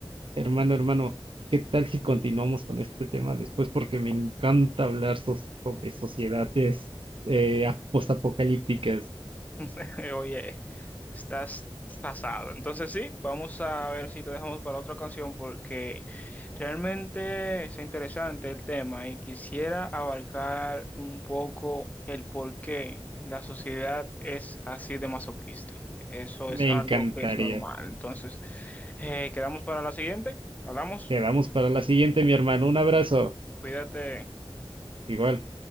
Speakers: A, on the right; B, on the left.
A: Hermano, hermano, ¿qué tal si continuamos con este tema después? Porque me encanta hablar so- sobre sociedades eh, ap- postapocalípticas.
B: <laughs> Eh, Oye, estás pasado. Entonces sí, vamos a ver si te dejamos para otra canción porque realmente es interesante el tema y quisiera abarcar un poco el por qué la sociedad es así de masoquista. Eso es
A: Me
B: algo
A: encantaría.
B: que es normal. Entonces, eh, quedamos para la siguiente. Hablamos.
A: Quedamos para la siguiente, mi hermano. Un abrazo.
B: Cuídate.
A: Igual.